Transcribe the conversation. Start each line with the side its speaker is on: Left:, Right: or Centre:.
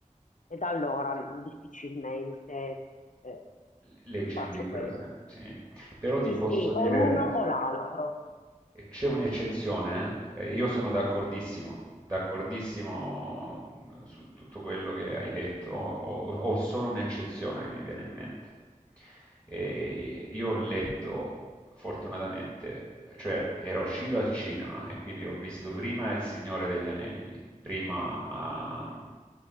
Left: e da allora difficilmente eh,
Right: Leggi
Left: faccio
Right: un libro,
Left: quello.
Right: se- sì. Però ti
Left: Sì,
Right: posso
Left: sì, o
Right: dire,
Left: l'uno o l'altro.
Right: e C'è un'eccezione, eh? Eh, Io sono d'accordissimo, d'accordissimo mh, su tutto quello che hai detto. Ho, ho- ho solo un'eccezione che mi viene in mente. E io ho letto, fortunatamente, cioè era uscito al cinema e quindi ho visto prima Il Signore degli Anelli, prima, ah,